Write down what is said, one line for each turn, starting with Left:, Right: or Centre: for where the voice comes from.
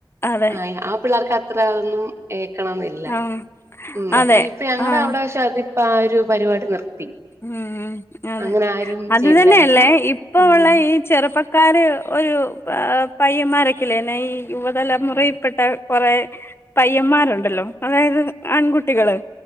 Left: അതെ
Right: ആയി ആ പിള്ളേർക്ക് അത്ര അതൊന്നും ഏക്കണം എന്നില്ല
Left: ആഹ്
Right: ഉ
Left: അതെ
Right: അപ്പൊ ഇപ്പ ഞങ്ങളുടെ
Left: ആഹ്
Right: അവിടെ വശ അതി പ്പ ആ ഒരു പരിപാടി നിർത്തി
Left: ഉംഉം അതെ
Right: അങ്ങനെ ആരും
Left: അത്
Right: ചെയ്യുന്നില്ല
Left: തന്നെയല്ലേ
Right: എന്ന് വെച്ചാ
Left: ഇപ്പ
Right: ഉം
Left: ഉള്ള ഈ ചെറുപ്പക്കാര് ഒരു പയ്യന്മാരൊക്കെല്ലേന്നെ ഈ യുവതലമുറയിൽപ്പെട്ട കുറെ- പയ്യന്മാരുണ്ടല്ലോ അതായത് ആൺകുട്ടികള്